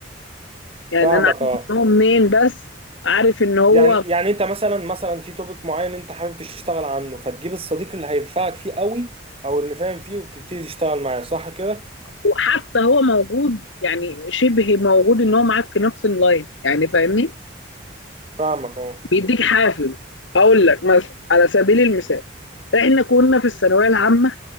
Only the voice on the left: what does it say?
يعني
انا عارف
ان هو منين بس عارف ان هو
وحتى هو موجود يعني شبه موجود ان هو معاك في نفس اللاين يعني فاهمني
بيديك حافز هقول لك مثلا على سبيل المثال احنا كنا في الثانويه العامه